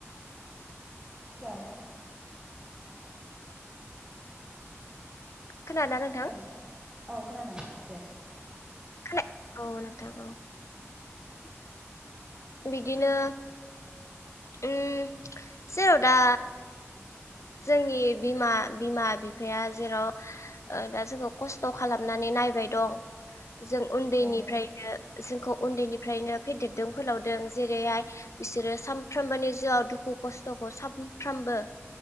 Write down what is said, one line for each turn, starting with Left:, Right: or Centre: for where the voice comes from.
Right: लाव
Left: खोनादना नोंथां?
Right: हेलौ औ खोनादों दे।
Left: खोने औ नोंथां औ ‌। बिदिनो उम जेराव दा जोंनि बिमा-बिमा बिफाया जेराव ओ दा जोंखौ खस्थ' खालामनानै नायबाय दं। जों उन्दैनिफ्रायनो
Right: औ
Left: जोंखौ उन्दैनिफ्रायनो फेदेरदों फोलावदों जेरैहाय बिसोरो सानफ्रोमबोनि जिउआव दुखु खस्थ'खौ सानफ्रामबो